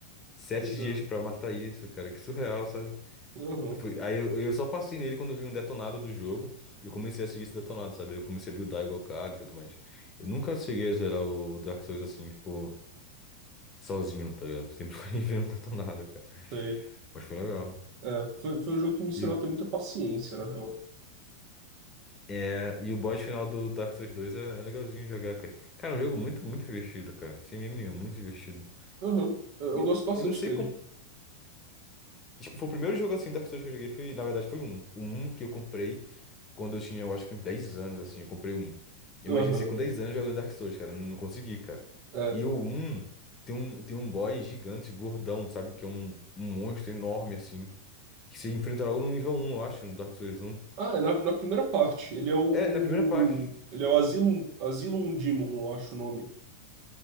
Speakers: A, on the left; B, on the right.
A: sete
B: Pois
A: dias
B: é.
A: pra matar isso, cara. Que surreal, sabe?
B: Aham.
A: Aí foi- aí eu, eu só passei nele quando eu vi um detonado do jogo e eu comecei a seguir esse detonado, sabe? Eu comecei a buildar igual o cara e tudo mais. Eu nunca cheguei a zerar o Dark Souls assim, tipo, sozinho, tá ligado? Sempre <laughs> fui vendo um detonado, cara.
B: Sei.
A: Mas foi legal.
B: É, foi, foi um jogo que me ensinou
A: E, o-
B: a ter muita paciência, na real.
A: é, e o boss final do Dark Souls dois é, é legalzinho jogar, cara. Cara, é um jogo muito, muito divertido, cara. Sem meme nenhum, muito divertido.
B: Aham. Eu,
A: E
B: eu
A: eu,
B: gosto bastante
A: eu não sei
B: dele.
A: como. Tipo, foi o primeiro jogo assim Dark Souls que eu joguei foi, na verdade, foi um. O um que eu comprei quando eu tinha, eu acho que uns 10 anos, assim, eu comprei um. Imagina
B: Aham.
A: se com 10 anos jogando Dark Souls, cara. eu Não, consegui, cara.
B: É.
A: E o um tem um, tem um boss gigante, gordão, sabe? Que é um, um monstro enorme, assim. Que você enfrenta logo no nível um, eu acho, no Dark Souls um.
B: Ah, é na, na primeira parte. Ele é o.
A: É, na primeira parte.
B: Ele é o Asylum, Asylum Demon, eu acho o nome.